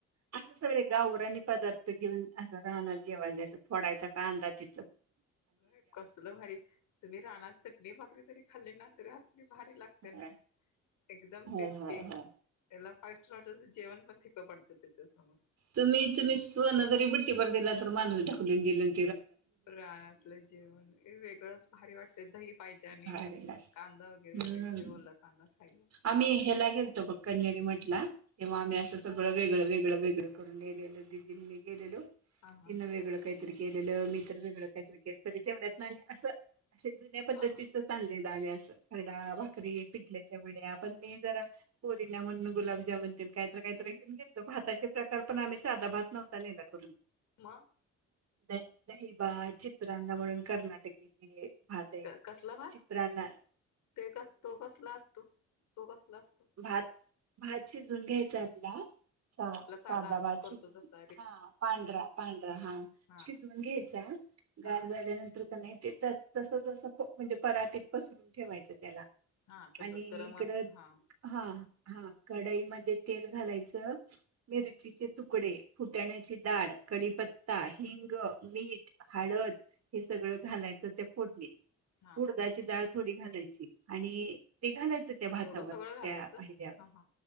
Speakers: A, on the right (about 55°); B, on the left (about 75°).
A: असं सगळे गावरानी पदार्थ घेऊन असं राहणार जेवायला जायचं फोडायचा काांदा त
B: अ कसलं भारी तुम्ही राना त चटणी भाकरी जरी खाल्ली ना तरी आ भारी लागते
A: होय.
B: ना एकदम
A: हो
B: टेस्टी
A: हो
B: त्याला.
A: हो
B: <unintelligible> जेवण पण फिकं पडतं त्याच्यासमोर
A: तुम्ही तुम्ही सोनं जरी बुट्टीभर दिला तर, <unintelligible> ढकलून दिलं.
B: रानातलं जेवण हे वेगळंच भारी वाटते. दही पाहिजे आणि
A: भारी
B: कांदा.
A: लाग
B: कांदा वगैरे
A: हम्म
B: पाहिजे. ओला कांदा खायला.
A: आम्ही ह्याला गेलतो. ब कणेरी म्हठ ला तेव्हा आम्ही,
B: हा
A: असं सगळं वेगळं वेगळं वेगळं <unintelligible> गेलेलो
B: हा
A: तिन
B: हा
A: वेगळ काय? केलेलं मी तर वेगळं काहीतरी केलं. तरी तेवढ्यात ना असं असे जुन्या पद्धतीचं
B: हा ह
A: च <unintelligible> खरडा, भाकरी <unintelligible> आपण मी जरा पोरींना म्हणून गुलाब जामून तेन काय तर, काय तर घेऊन गेलतो. भाता चे प्रकार आम्ही साधा भाात नवता नेला करून.
B: म
A: द दहिबा चित्रांना म्हणून कर्नाटकीचे पात आहे
B: कसला भात
A: चित्रांना
B: ते कस तो कसला असतो? तो कसला असतो.
A: भात भात शिजून घ्यायचं आपला
B: आगं
A: साधा
B: आपण
A: भात
B: करतो,
A: शिजून
B: तसं.
A: हा पांढरा पांढरा हा
B: हा
A: शिजवून घ्यायचा. गार
B: हा
A: झाल्यानंतर, नाही. ते तसं तसं म्हणजे, परातीत पसरून ठेवायचं त्याला.
B: हा तसच
A: आणि
B: गरम
A: इकडं
B: अस हा
A: हा. हा कढईमध्ये तेल घालायचं. <unintelligible> तुकडे फुटाण्याची डाळ, कडीपत्ता,
B: हा
A: हिंग. मीठ, हळद हे सगळं घालायचा. ते फोटणीत
B: हा
A: उडदा ची डाळ. थोडी घालायची. आणि
B: हा
A: ते घालायचं. त्या भातावर
B: एवढं सगळं घालायचं
A: त्या हेजावरं.
B: ह ह